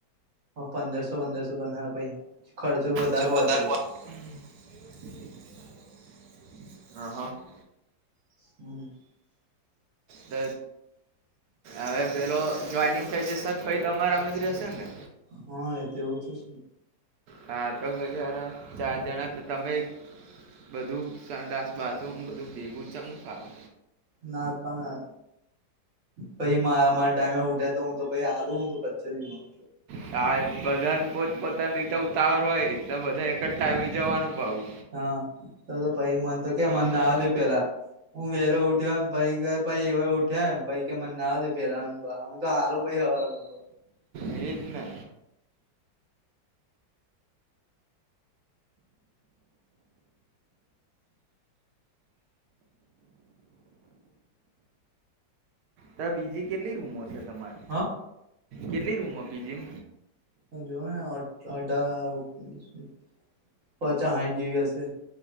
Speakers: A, on the right; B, on the right.
A: પંદરસો પંદરસો પણ હારા પછીખર્ચો વધારે
B: હ
A: પહોંચેલો.
B: <unintelligible>
A: હમ્મ.
B: દ હવે પેલો જોઈનિંગ થઈ જશે પછી તમારામાં જ રહેશે ને.
A: હા, એતો એવું થશે.
B: હા, તો પછી હારા. ચાર જણા તો તમે બધું સંડાસ બાથરૂમ બધું ભેગું છેમનું ફાવે.
A: ના પા પછી મા મારા ટાઈમએ ઊઠે તો હું તો પછી હાલુ હું <unintelligible> માં
B: સા બધાને પોત પોતાની રીતે ઉતવાર હોય, તો બધા એક જ ટાઈમે જવાનું પાહુ
A: હા, તો તો પછી મને તો કે મને
B: ઉઠે
A: નવા દે પેલા. હું વેલો ઉઠ્યો એમ પછી એ વયો ઉઠ્યો પછી મને કેહ નવા દે પેલા હું તો હારું પછી હવારમાં તો.
B: એ જ ને તો બીજી કેટલી રૂમો છે તમારે,
A: હા
B: કેટલી રૂમો પીજી?
A: જોને અઢાર ઓગણીસ, પચાસ હાઈટ જેવી હશે.